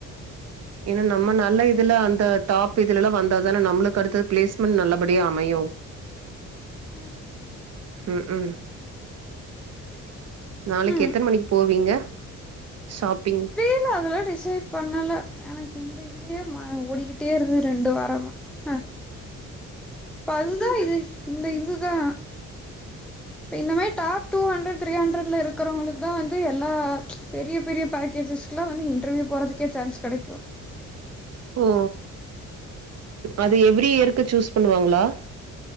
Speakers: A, on the right; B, in the centre.
A: ஏனா நம்ம நல்ல இதுல அந்த டாப் இதுலல்லா வந்தா தான நம்ளுக்கு அடுத்த பிளேஸ்மெண்ட் நல்லபடியா அமையு
B: <unintelligible>
A: ம் ம் நாளைக்கு
B: ம்
A: எத்தன மணிக்கு போவீங்க ஷாப்பிங்
B: இல்ல அதெலா டிசைட் பண்ணல எனக்கு இந்த இதே ம ஓடிக்கிட்டே இருந்தது ரெண்டு வாரமா அ ப்ப அதுதா இது இந்த இதுதா ப இந்த மாரி டாப் டூ ஹண்ட்ரட் த்ரீ ஹண்ட்ரட்ல இருக்குறவுங்ளுக்குதா வந்து எல்லா பெரிய பெரிய பேக்கேஜஸ் க்லா வந்து இன்டர்வியூ போறதுக்கே சான்ஸ் கடைக்கு
A: ஓ அது எவ்ரி இயர்க்கு சூஸ் பண்ணுவாங்ளா